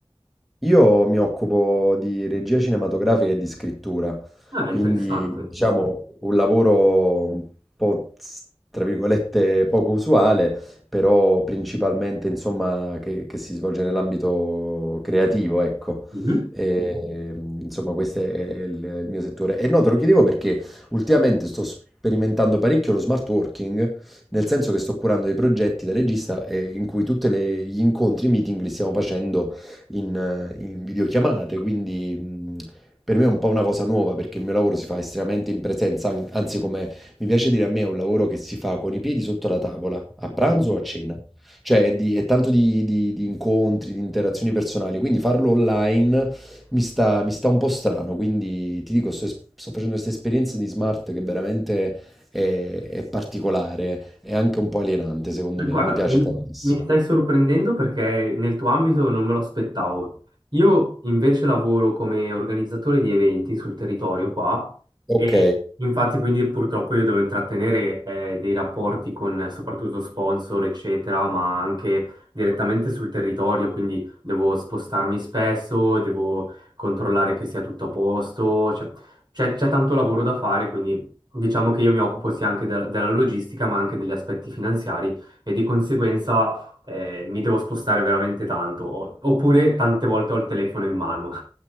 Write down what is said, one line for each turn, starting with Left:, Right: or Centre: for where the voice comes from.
Centre: Io mi occupo di regia cinematografica e di scrittura,
Right: Ah,
Centre: quindi
Right: interessante.
Centre: diciamo un lavoro un po' s- tra virgolette poco usuale, però principalmente insomma che, che si svolge nell'ambito creativo, ecco.
Right: Mhm,
Centre: E, mm, insomma, questo è il, il mio settore. E no, te lo chiedevo perché ultimamente sto sperimentando parecchio lo smart working, nel senso che sto curando dei progetti da regista eh, in cui tutti gli incontri, i meeting li stiamo facendo in, eh, in videochiamate, quindi mh, per me è un po' una cosa nuova perché il mio lavoro si fa estremamente in presenza, an- anzi come mi piace dire a me è un lavoro che si fa con i piedi sotto la tavola, a pranzo
Right: mhm.
Centre: o a cena. Cioè è, di- è tanto di, di- di incontri, di interazioni personali, quindi farlo online mi sta, mi sta un po' strano, quindi ti dico, sto, es- sto facendo questa esperienza di smart che veramente è è particolare, è anche un po' alienante secondo
Right: Eh,
Centre: me,
Right: Guarda,
Centre: non mi piace
Right: mi,
Centre: tantissimo.
Right: mi stai sorprendendo perché nel tuo ambito non me lo aspettavo. Io invece lavoro come organizzatore di eventi sul territorio qua
Centre: Ok.
Right: e infatti quindi purtroppo io devo intrattenere eh, dei rapporti con eh, soprattutto sponsor, eccetera, ma anche direttamente sul territorio, quindi devo spostarmi spesso, devo controllare che sia tutto a posto, cioè, c'è c'è tanto lavoro da fare, quindi diciamo che io mi occupo sia anche de- della logistica ma anche degli aspetti finanziari e di conseguenza eh, mi devo spostare veramente tanto, o- oppure tante volte ho il telefono in mano.